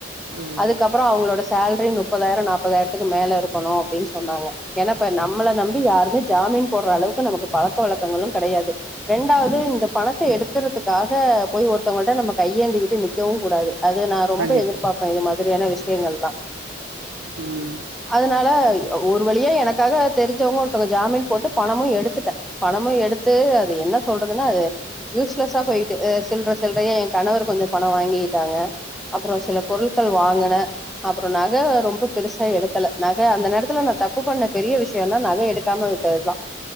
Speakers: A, on the right; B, in the centre.
A: ம் ம்
B: அதுக்கப்புறோ அவங்களோட சேலரி முப்பதாயிரம் நாப்பதாயிரத்துக்கு மேல இருக்கணு அப்டின்னு சொன்னாங்க ஏனா இப்ப நம்மள நம்பி யாருமே ஜாமீன் போடற அளவுக்கு நமக்கு பழக்க வழக்கங்களு கெடையாது ரெண்டாவது இந்த பணத்த எடுக்கறதுக்காக போய் ஒருத்தவங்கள்ட்ட நம்ம கையேந்திக்கிட்டு நிக்கவுங் கூடாது அது ரொம்ப
A: கண்டிப்பா
B: எதிர் பார்ப்பே இது மாரி சரியான விஷயங்கள் எல்லா
A: உம்
B: அதனால ஒரு வழியா எனக்காக தெரிஞ்சவங்க ஒருத்தங்க ஜாமின் போட்டு பணமும் எடுத்துட்ட பணமும் எடுத்து அத என்ன சொல்றதுனா அது யூஸ்லசா போய்ட்டு சில்லறை சில்லறையா என் கணவர் கொஞ்சோ பணோ வாங்கிட்டாங்க அப்புறோ சில பொருட்கள் வாங்குன அப்புறோ நக ரொம்ப பெருசா எடுக்கல நக அந்த நேரத்துல நா தப்பு பண்ண பெரிய விஷ்யோனா நக எடுக்காம விட்டதுதா